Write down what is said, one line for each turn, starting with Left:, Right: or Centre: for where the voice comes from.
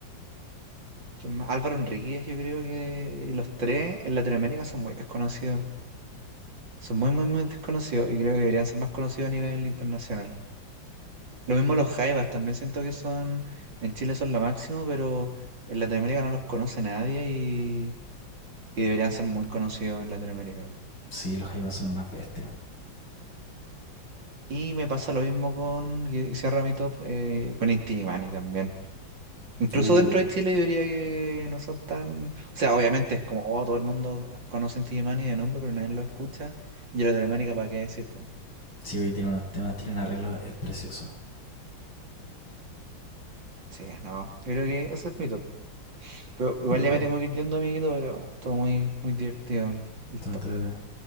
Right: que más- Álvaro Enríquez, yo creo que los tres en Latinoamérica son muy desconocidos. Son muy, muy, muy desconocidos y creo que deberían ser más conocidos a nivel internacional. Lo mismo los jaivas, también siento que son, en Chile son lo máximo, pero en Latinoamérica no los conoce nadie y, y deberían ser muy conocidos en Latinoamérica.
Left: Sí, los Jaivas son unas bestias.
Right: Y me pasa lo mismo con, y cierra mi top, eh, con Inti Illimani también. Incluso
Left: Uh,
Right: dentro de Chile yo diría que no son tan... O sea, obviamente es como, oh, todo el mundo conoce Inti Illimani de nombre, pero nadie lo escucha. Y en Latinoamérica, ¿para qué decir? pues?
Left: sí, hoy tienen unos temas, tienen arreglos, es precioso.
Right: Sí, no. Yo creo que ese es mi top. Pero igual
Left: Y todo,
Right: ya me tengo que ir yendo, amiguito, pero todo muy, muy divertido el, el
Left: todo
Right: top.
Left: entrete.